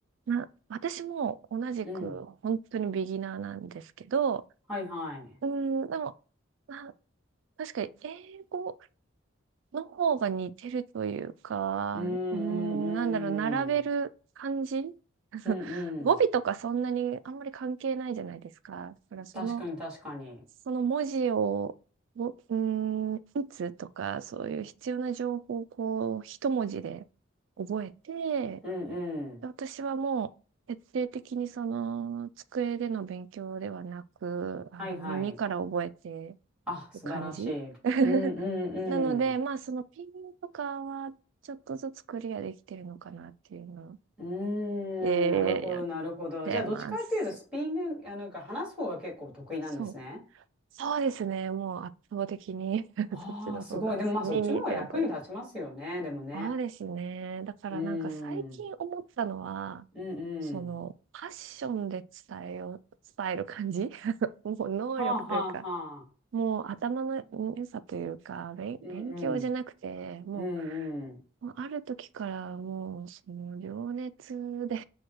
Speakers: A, on the right; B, in the centre.
A: な、私も同じく本当にビギナーなんですけど、
B: うん。はいはい。
A: うーん、でも、な、確かに英語の方が似てるというか、
B: うんうんうん。
A: うーん、なんだろう、並べる感じ <laughs>
B: うんうん。
A: 語尾とかそんなにあんまり関係ないじゃないですか。だからその
B: 確かに確かに。
A: その文字を、をうーん、打つとか、そういう必要な情報をこう、一文字で覚えて、
B: うんうん。
A: 私はもう、徹底的にその、机での勉強ではなく、あの、
B: はいはい。
A: 耳から覚えて
B: あ、素晴らしい。
A: る感じ
B: うんうんうん。
A: <laughs> なので、まあ、そのピンとかは、ちょっとずつクリアできてるのかなっていうの
B: うーん、
A: で、
B: なるほどなるほど。
A: やってます。
B: じゃあどっちかっていうとスピーキング、あ、なんか話す方が結構得意なんですね。
A: そう。そうですね。もう圧倒的に <laughs>
B: ああ、
A: そっちの方が好き。
B: すごい。でもまあそっちの方が役に立ちますよね。
A: 耳で覚え
B: でもね。
A: そうですね。だからなんか最近思ったのは、
B: うーん。うんうん。
A: その、パッションで伝えよう、伝える感じ <laughs> もう能力というか、
B: はあはあはあ。
A: もう頭の良さというか、勉、
B: うんうん。
A: 勉強じゃなくて、も
B: うんうん。
A: う、もうある時からもう、その、情熱で